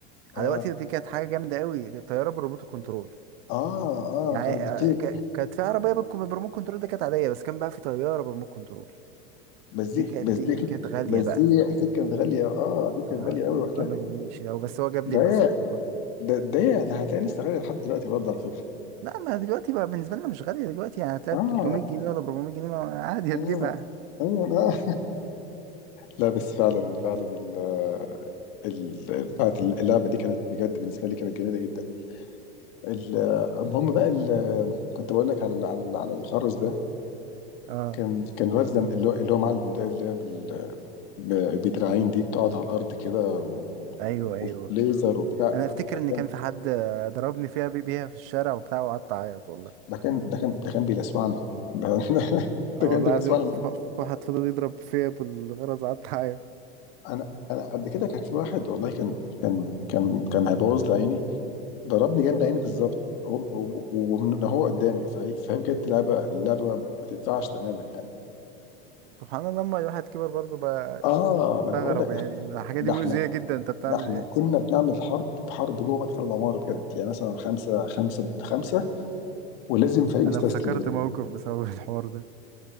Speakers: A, on the left; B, on the right.
A: اه
B: على وقتي دي كانت حاجه جامده قوي طياره بريموت كنترول
A: اه
B: يعني
A: اه كانت
B: آه،
A: بتطير
B: ك- كانت في عربيه بالكم- بالريموت كنترول ده كانت عاديه بس كان بقى في طياره بريموت كنترول
A: بس
B: دي
A: دي
B: كانت
A: بس
B: دي,
A: دي
B: دي
A: اكيد
B: كانت غاليه
A: بس
B: بقى
A: دي اكيد كانت غاليه اه اكيد كانت
B: آه،
A: غاليه
B: ما
A: قوي وقتها
B: ما جابليش هو بس هو جاب
A: ده
B: لي اللاسلكي
A: هي-
B: برضه
A: ده ده هي- ده هتلاقي لسه غاليه لحد دلوقتي برضه على فكره
B: لا ما دلوقتي بقى بالنسبه لنا مش غاليه دلوقتي يعني هتلاقي
A: اه
B: ب 300 جنيه ولا 400 جنيه ما- عادي هتجيبها
A: اه اه, آه. لا بس فعلا فعلا ال ال بتاعت اللعبه دي كانت بجد بالنسبه لي كانت جميله جدا ال- المهم بقى ال- كنت بقول لك على ال- على ال- على الخرز ده
B: اه
A: كان كان الواد ده اللي هو اللي هو معاه البندقيه اللي هي ب- بدراعين دي بتقعد على الارض كده و-
B: ايوه ايوه
A: و- وليزر وبتاع
B: انا افتكر
A: ده
B: ان
A: كان
B: كان في حد آه، ضربني فيها بي- بيها في الشارع وبتاع وقعدت اعيط والله
A: ده كان ده كان ده كان بيلسوعنا ده <laughs>
B: اه
A: ده
B: والله
A: كان بيلسوعنا
B: العظيم ف- ف- واحد فضل يضرب فيا بالغرز قعدت اعيط
A: انا انا قبل كده كان في واحد والله كان كان كان كان هيبوظ لي عيني ضربني جنب عيني بالظبط هو و- و- ومن هو قدامي فهي فهي بجد لعبه لعبه ما ما تنفعش تماما يعني
B: سبحان الله لما الواحد كبر برضه بقى
A: اه ما
B: يستغرب
A: انا بقول لك
B: يعني الحاجه
A: ده
B: دي مؤذيه
A: احنا
B: جدا انت بتعمل
A: ده احنا
B: ايه
A: كنا بنعمل حرب حرب جوه مدخل العماره بجد يعني مثلا خمسه خمسه ضد خمسه ولازم فريق يستسلم
B: انا افتكرت موقف بسبب <laughs> الحوار ده